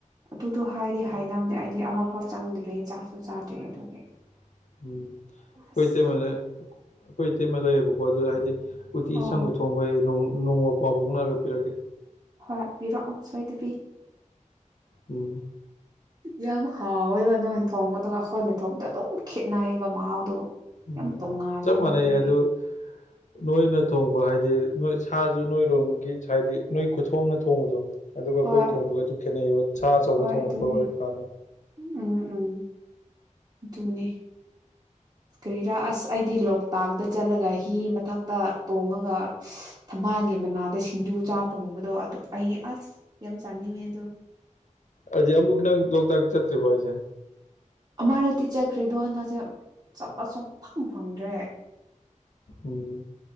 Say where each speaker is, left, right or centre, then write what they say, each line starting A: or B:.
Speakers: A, on the right; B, on the left.
A: ꯑꯗꯨꯗꯣ ꯍꯥꯏꯗꯤ ꯍꯥꯏꯅꯕꯅꯦ ꯑꯩꯗꯤ ꯑꯃꯐꯥꯎ ꯆꯪꯗ꯭ꯔꯤ ꯆꯥꯁꯨ ꯆꯥꯗ꯭ꯔꯤ ꯑꯗꯨꯒꯤ
B: <unintelligible> ꯎꯝ ꯈꯣꯏ
A: ꯑꯁ
B: ꯏꯇꯩꯃꯗ ꯈꯣꯏ ꯏꯇꯩꯃ ꯂꯩꯌꯦꯕꯀꯣ ꯑꯗꯣ ꯍꯥꯏꯗꯤ ꯎꯇꯤ
A: ꯑꯣ
B: ꯑꯁꯪꯕ ꯊꯨ ꯊꯣꯡꯕ ꯍꯩ ꯅꯣꯡ ꯅꯣꯡꯃ ꯄꯥꯎ ꯐꯥꯎꯅꯔꯒ ꯄꯤꯔꯛꯀꯦ
A: ꯍꯣꯏ ꯄꯤꯔꯛꯑꯣ ꯁꯣꯏꯗꯕꯤ
B: ꯎꯝ
A: ꯌꯥꯝ ꯍꯥꯎꯋꯦꯕ ꯅꯣꯏꯅ ꯊꯣꯡꯕ ꯗꯨꯒ ꯑꯈꯣꯏꯅ ꯊꯣꯡꯕꯗꯣ ꯑꯗꯨꯝ ꯈꯦꯠꯅꯩꯌꯦꯕ ꯃꯍꯥꯎꯗꯣ
B: ꯎꯝ
A: ꯌꯥꯝ ꯇꯣꯡꯉꯥꯜꯂꯦꯕ
B: ꯆꯞ ꯃꯥꯟꯅꯩꯌꯦ
A: ꯑꯗꯨꯒꯤ
B: <inaudible> ꯅꯣꯏꯅ ꯊꯣꯡꯕ ꯍꯥꯏꯗꯤ ꯅꯣꯏ ꯁꯥꯖꯨ ꯅꯣꯏꯔꯣꯝꯒꯤ ꯁꯥꯏꯠꯗꯤ ꯅꯣꯏ ꯈꯨꯊꯣꯡꯅ ꯊꯣꯡꯕꯗꯣ ꯑꯗꯨꯒ
A: ꯍꯣꯏ
B: ꯑꯈꯣꯏ ꯊꯣꯡꯕꯒꯆꯨ ꯈꯦꯠꯅꯩꯌꯦꯕ ꯁꯥ ꯑꯆꯧꯕ
A: ꯍꯣꯏ
B: ꯊꯣꯡꯉꯛꯄ
A: ꯑꯗꯨꯅꯤ
B: ꯑꯣꯏꯔ ꯀꯥꯟꯗ
A: ꯎꯝ ꯎꯝ ꯗꯨꯅꯦ ꯀꯔꯤꯔꯥ ꯑꯁ ꯑꯩꯗꯤ ꯂꯣꯛꯇꯥꯛꯗ ꯆꯠꯂꯒ ꯍꯤ ꯃꯊꯛꯇ ꯇꯣꯡꯉꯒ ꯊꯝꯕꯥꯜꯒꯤ ꯃꯅꯥꯗ ꯁꯤꯡꯖꯨ ꯆꯥꯕ ꯒꯨꯝꯕꯗꯣ ꯑꯗꯨ ꯑꯩ ꯑꯁ ꯌꯥꯝ ꯆꯥꯅꯤꯡꯉꯦ ꯑꯗꯨ
B: ꯑꯗꯨꯗꯤ ꯑꯃꯨꯛ ꯅꯪ ꯂꯣꯛꯇꯥꯛ ꯆꯠꯇ꯭ꯔꯤꯕꯣ ꯍꯥꯏꯁꯦ
A: ꯑꯃꯔꯗꯤ ꯆꯠꯈ꯭ꯔꯦꯗꯣ ꯍꯟꯗꯛꯁꯦ ꯆꯠꯄ ꯁꯨꯡ ꯐꯪ ꯐꯪꯗ꯭ꯔꯦ
B: ꯎꯝ